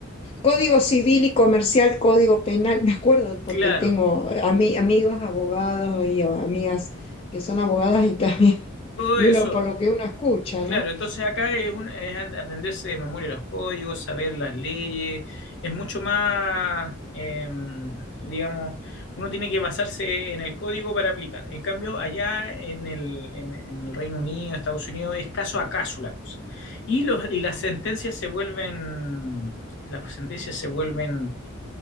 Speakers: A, on the left (about 30°); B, on the left (about 65°).
A: código civil y comercial, código penal, <laughs> me acuerdo porque
B: claro,
A: tengo eh, ami- amigos abogados y amigas que son abogadas y también,
B: todo
A: y
B: eso
A: uno por lo que uno escucha,
B: Claro,
A: ¿no?
B: entonces acá es, un- es an- aprenderse de memoria los códigos, saber las leyes, es mucho más, em, digamos, uno tiene que basarse en el código para aplicar. En cambio, allá en el, en- en el Reino Unido, Estados Unidos, es caso a caso la cosa. Y, los, y las sentencias se vuelven, las sentencias se vuelven